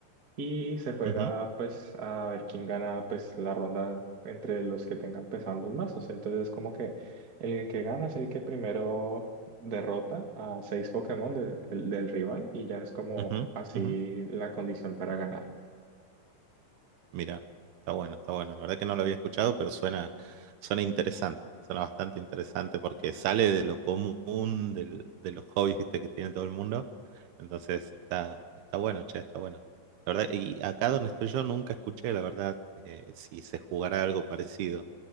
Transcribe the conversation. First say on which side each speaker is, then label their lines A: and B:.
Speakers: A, on the right; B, on the right.
A: y se juega
B: ujú,
A: pues a ver quién gana pues la ronda entre los que tengan pues ambos mazos. Entonces como que el que gana es el que primero derrota a seis Pokémon de- del del rival y ya es como
B: ujú,
A: así
B: ujú.
A: la condición para ganar.
B: Mira, está bueno, está bueno. La verdad que no lo había escuchado, pero suena, suena interesante. Suena bastante interesante porque sale de lo común del- de los hobbies, viste, que tiene todo el mundo. Entonces está, está bueno, che, está bueno. La verdad, y acá donde estoy yo nunca escuché, la verdad, eh, si se jugara algo parecido.